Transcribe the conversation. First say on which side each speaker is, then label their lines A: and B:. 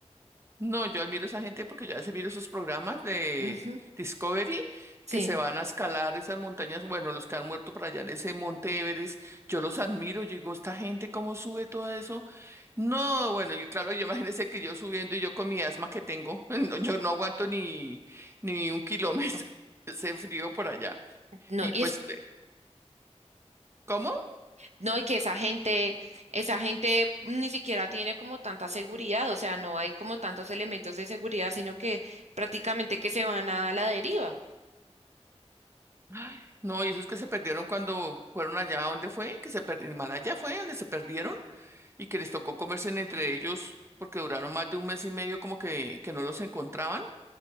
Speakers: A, on the right; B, on the right.
A: No, yo admiro a esa gente porque yo a veces miro esos programas de
B: Ujú,
A: Discovery
B: Sí,
A: que se van a escalar esas montañas, bueno, los que han muerto por allá en ese monte Everest, yo los admiro, yo digo, esta gente cómo sube todo eso. No, bueno, y claro, <laughs> yo imagínense que yo subiendo y yo con mi asma que tengo, <laughs> no, yo no aguanto ni, ni un kilómetro, <laughs> ese frío por allá.
B: no,
A: Y
B: y
A: pues,
B: es
A: eh, ¿cómo?
B: No, y que esa gente, esa gente ni siquiera tiene como tanta seguridad, o sea, no hay como tantos elementos de seguridad, sino que prácticamente que se van a la deriva.
A: Ay, no, y esos que se perdieron cuando fueron allá, ¿dónde fue? Que se perdieron, Himalaya fue donde se perdieron. y que les tocó comerse entre ellos porque duraron más de un mes y medio como que, que no los encontraban.